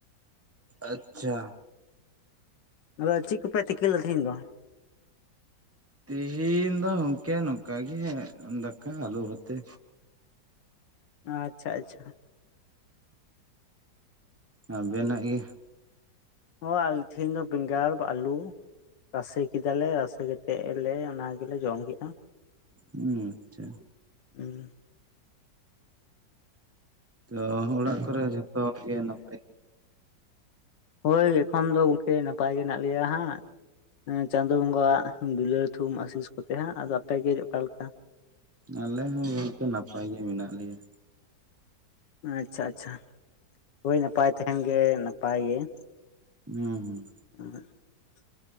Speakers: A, on the right; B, on the left.
A: ᱟᱪᱪᱷᱟ
B: ᱟᱫᱚ ᱪᱮᱫ ᱠᱚᱯᱮ ᱛᱤᱠᱤ ᱞᱮᱧ ᱫᱚ
A: ᱛᱤᱦᱤᱱ ᱫᱚ ᱛᱚᱢᱠᱮ ᱱᱚᱝᱠᱟ ᱜᱮ ᱚ ᱫᱟᱠᱟ ᱟᱞᱩ ᱵᱟᱛᱮ
B: ᱟᱪᱪᱷᱟ ᱟᱪᱪᱷᱟ
A: ᱟᱵᱮᱱᱟᱜ ᱜᱮ
B: ᱦᱚ ᱟᱞᱮ ᱛᱮᱦᱮᱧ ᱫᱚ ᱵᱮᱸᱜᱟᱲ ᱟᱹᱞᱩ ᱨᱟᱥᱮ ᱠᱮᱫᱟᱞᱮ ᱨᱟᱥᱮ ᱠᱟᱛᱮ ᱞᱮ ᱚᱱᱟ ᱜᱮᱞᱮ ᱡᱚᱢ ᱠᱮᱫᱼᱟ᱾
A: ᱦᱩᱸ ᱟᱪᱪᱷᱟ
B: ᱦᱩᱸ
A: ᱛᱚ ᱚᱲᱟᱜ ᱠᱚᱨᱮ ᱡᱷᱚᱛᱚ ᱦᱚᱲ ᱜᱮ ᱱᱟᱯᱟᱭ
B: ᱦᱳᱭ ᱮᱠᱷᱚᱱ ᱫᱚ ᱜᱚᱝᱠᱮ ᱱᱟᱯᱟᱭ ᱜᱮ ᱢᱮᱱᱟᱜᱮ ᱞᱮᱭᱟ ᱦᱟᱸᱜ ᱪᱟᱸᱫᱳ ᱵᱚᱸᱜᱟᱣᱣᱟᱜ ᱫᱩᱞᱟᱹᱲ ᱛᱷᱩᱢ ᱟᱥᱤᱥ ᱠᱚᱛᱮ ᱦᱟᱸᱜ ᱟᱫᱚ ᱟᱯᱮᱜᱮ ᱚᱠᱟ ᱞᱮᱠᱟ᱾
A: ᱟᱞᱮ ᱦᱚᱸ ᱜᱚᱝᱠᱮ ᱱᱟᱯᱟᱭ ᱜᱮ ᱢᱮᱱᱟᱜ ᱞᱮᱭᱟ
B: ᱟᱪᱪᱷᱟ ᱟᱪᱪᱷᱟ ᱦᱳᱭ ᱱᱟᱯᱟᱭ ᱛᱟᱦᱮᱱ ᱜᱮ ᱱᱟᱯᱟᱭ ᱜᱮ <unintelligible>
A: ᱦᱩᱸ ᱦᱩᱸ